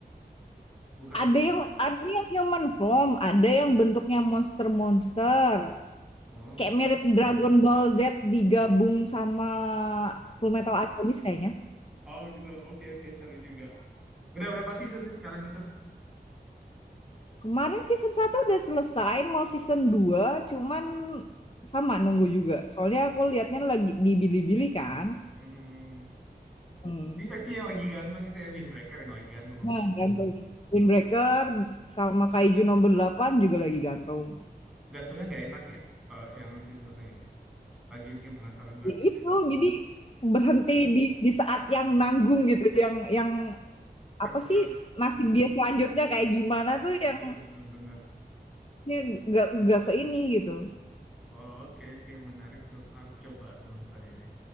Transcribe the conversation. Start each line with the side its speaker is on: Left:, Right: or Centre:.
Centre: Bukan
Left: ada
Centre: bentuk.
Left: yang ada yang human form, ada yang bentuknya monster-monster,
Centre: Oh,
Left: kayak mirip Dragon Ball Z digabung sama Fullmetal Alchemist kayaknya.
Centre: Oh gitu, oke oke seru juga. udah berapa season sih sekarang itu?
Left: Kemarin season satu udah selesai, mau season 2, cuman sama nunggu juga, soalnya aku lihatnya lagi di Bilibili kan,
Centre: Hmm.
Left: mmm,
Centre: I- Itu yang lagi gantung itu ya Windbreaker yang lagi gantung kamu
Left: nah
Centre: bilang.
Left: gantung, Windbreaker sama Kaiju Nomor delapan juga lagi gantung.
Centre: Gantungnya nggak enak ya kalau yang season satunya. Lagi bikin penasaran banget
Left: Ya
Centre: gitu.
Left: itu,
Centre: ya.
Left: jadi berhenti di di saat yang nanggung gitu, yang yang apa
Centre: Kentang,
Left: sih, nasib dia selanjutnya kayak gimana tuh yang
Centre: Iya, bener-bener.
Left: yang nggak nggak ke ini gitu.
Centre: Oh, oke oke menarik tuh. Harus coba aku nonton ini.